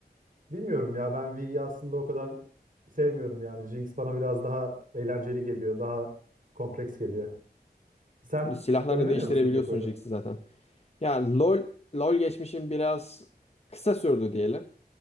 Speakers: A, on the right (about 55°); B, on the left (about 40°).
A: Bilmiyorum ya ben V'yi aslında o kadar sevmiyorum yani. Jinx bana biraz daha eğlenceli geliyor, daha kompleks geliyor. Sen
B: Silahlarını
A: oynamıyor
B: değiştirebiliyorsun
A: musun pek oyunu?
B: Jinx'i zaten. Ya LoL, LoL geçmişim biraz kısa sürdü diyelim.